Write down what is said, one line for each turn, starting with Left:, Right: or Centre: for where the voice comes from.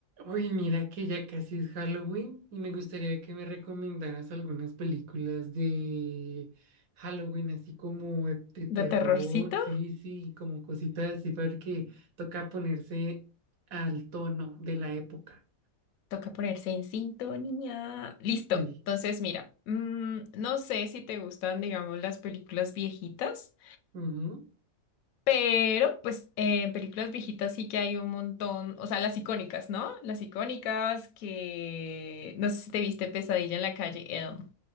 Right: Uy, mira que ya casi es Halloween y me gustaría que me recomendaras algunas películas de Halloween, así como eh, de terror,
Left: ¿De terrorcito?
Right: sí, sí, como cositas así, porque toca ponerse al tono de la época.
Left: Toca ponerse en sintonía. Listo.
Right: Sí.
Left: Entonces, mira, mm, no sé si te gustan, digamos, las películas viejitas,
Right: Ujú.
Left: pero pues eh, en películas viejitas sí que hay un montón, o sea, las icónicas, ¿no? Las icónicas que... No sé si te viste Pesadilla en la calle Elm.